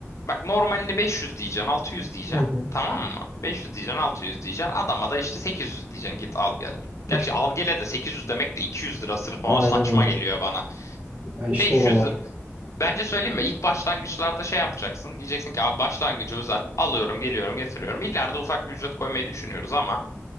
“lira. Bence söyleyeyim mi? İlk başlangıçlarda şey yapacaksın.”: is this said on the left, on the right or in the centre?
Left